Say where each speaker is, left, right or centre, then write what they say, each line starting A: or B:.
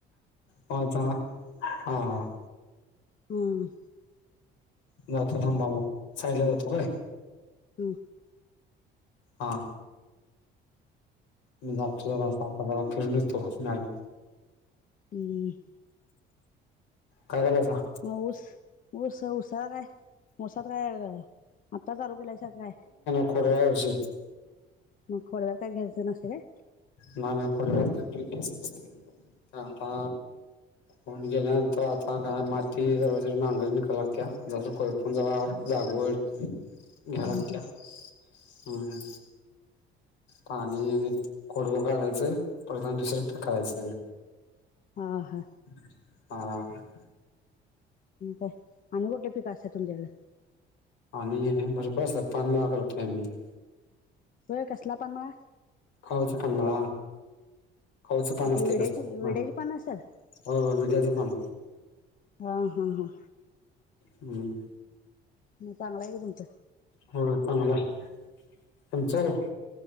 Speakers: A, on the left (about 85°); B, on the left (about 45°).
A: माझा हा हा
B: हम्म
A: नाही आता थांबा मग साईडला जातो काय?
B: हा
A: हा मी <unintelligible> फिरून निघतो मॅडम
B: ह
A: काय झालं आता
B: माऊस ऊस ऊसळा काय? समोसात काय आत्ता चालू केलाय स काय?
A: थोड्यावेळ धीर
B: मग खोडदवर काय घ्यायच नास रे
A: नाही नाही कोडत <unintelligible> आपा
B: <inaudible>
A: कोण गेल्यानंतर आता काय माती ज नांगर निकाला लागत जसं कोयपण जावळ लागवड
B: <inaudible>
A: झालं कया
B: हम्म
A: हम्म पाणी खोडव काढयचं परत आणि दुसर प करायचं
B: हा हा
A: ह
B: काय आणि कुठे पिक असत आहे तुमच्याकडे
A: पाणी आहे बरोबर पान मग करतोय मी
B: हो केसला पण ना
A: खाऊचंकमा खाऊचं पान
B: आपली
A: असत
B: विड्याची
A: कस ह
B: विड्याची
A: होय
B: पानं असत्यात
A: होय विड्याचं पान
B: हा हा हा
A: हम्म
B: म चांगला आहे का तुमचं
A: होय चांगला आहे तुमचं